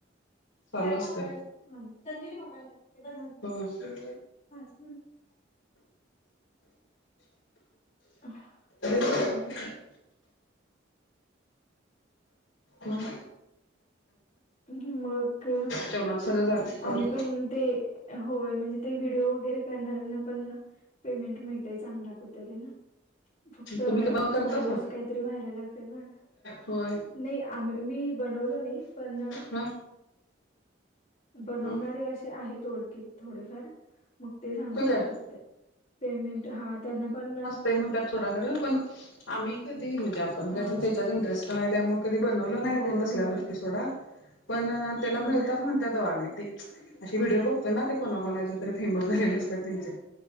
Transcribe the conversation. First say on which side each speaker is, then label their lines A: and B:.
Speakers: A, on the left; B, on the left.
A: चालू
B: सारख
A: असते
B: बघायला संजीनी बघायला ते पण
A: वो शेट
B: <unintelligible> <unintelligible>
A: <inaudible> मग
B: मग
A: जेवणात सगळं झालं
B: आम्ही
A: आवरलं
B: पण ते होय म्हणजे ते व्हिडिओ वगैरे करणाऱ्यांना पण पेमेंट मिळतेय. चांगल्या पद्धतीनं. <inaudible> फक्त
A: तुम्ही करतासा
B: फॉलोअर्स काहीतरी व्हायला लागतात बर का.
A: होय
B: नाही आ मी बनवलो नाही. पण
A: ह
B: बनवणारे
A: ह
B: असे आहेत ओळखीत थोडेफार. मग ते सांगत
A: होय काय?
B: होते. पेमेंट हा त्यांना पण
A: ते म्हणतात सोडा खर. पण आम्ही कधी म्हणजे आपण
B: हा
A: कधी
B: हा
A: त्याच्यात इंटरेस्ट नाही. त्यामुळे कधी बनवल नाही
B: होय
A: तेन तसल्या
B: होय
A: गोष्टी सोडा. पण त्याला
B: हा
A: मिळतात
B: हा
A: म्ह व्हिडिओ बघतो ना ते कोणा कोणाचे तरी फेमस झालेले असतात त्यांचे.